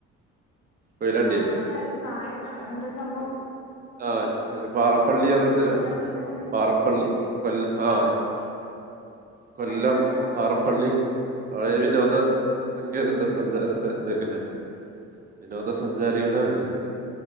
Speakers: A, on the right; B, on the left.
A: കൊയിലാണ്ടിയാ
B: പാർക്കെല്ലാരും കായല് അങ്ങനെ ന്തൊരു സംഭവം
A: ആഹ് ശരി പാറ പള്ളിറഞ്ഞിട്ടൊര്
B: ബോട്ട് സർവീസ് ഒക്കെ ഉണ്ട്
A: പാറപ്പള്ളി പ ആ
B: ആഹ്
A: കൊല്ലം
B: അയിന്റെക്കെ അടുത്താ
A: പാറപ്പള്ളി അഴിവിനോ സങ്കേത സഞ്ചാര മേഖലയാണ് വിനോദ സഞ്ചാരികളുടെ മേഖല